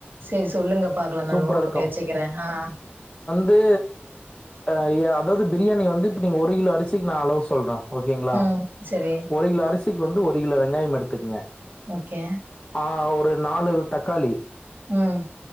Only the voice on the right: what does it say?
செரி சொல்லுங்க பாக்கலா நா
நோட் பண்ணி வச்சுக்கிறே ஆஹ்.
ம். சரி.
ஓகே.
உஹம்.